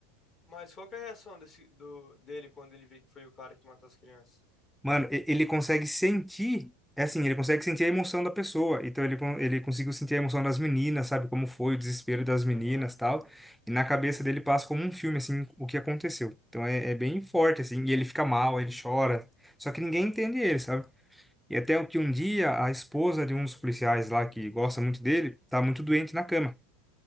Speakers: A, on the left (about 25°); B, in the centre.
A: Mas qual que é a reação desse, do, dele quando ele vê que foi o cara que matou as crianças?
B: Mano, e- ele consegue sentir, é assim, ele consegue sentir a emoção da pessoa. Então ele, con- ele conseguiu sentir a emoção das meninas, sabe? Como foi o desespero das meninas,
A: Aham,
B: tal. E na cabeça dele passa como um filme, assim, o que aconteceu. Então é, é bem forte, assim. E ele fica mal, ele chora. Só que ninguém entende ele, sabe? E até o que um dia a esposa de um dos policiais lá, que gosta muito dele, tá muito doente na cama.